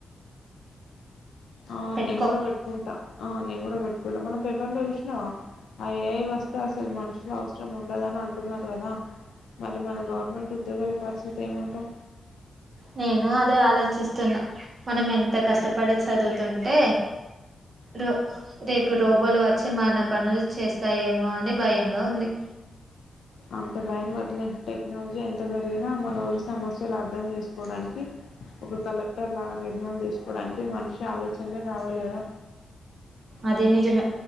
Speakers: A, on the left (about 70°); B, on the right (about 30°).
A: ఆ
B: పెట్టుకో
A: నేను కూడా పెట్టుకుంటా ఆ నేను. మనం పెట్టుకుంటాం మనం పేపర్లో చూషినావా అవి ఏఐ వస్తే అసలు మనుషులు అవసరం ఉండదుని అంటున్నారు కదా మరి మన గవర్నమెంట్ ఉద్యోగాల పరిస్థితి ఏమంటాం.
B: నేను అదే ఆలోచిస్తున్నా మనం ఎంత కష్టపడి చదువుతుంటే రో రేపు రోబోలు వచ్చి మన పనులు చేస్తాయేమో అని భయంగా ఉంది.
A: అంత భయం టెక్నాలజీ ఎంత పెరిగినా మన ఊరి సమస్యలు అర్థం చేసుకోవడానికి ఒక కలెక్టర్ లాగా నిర్ణయాలు తీసుకోవడానికి మనిషి ఆలోచనలే కావాలి కదా
B: అదే నిజంమే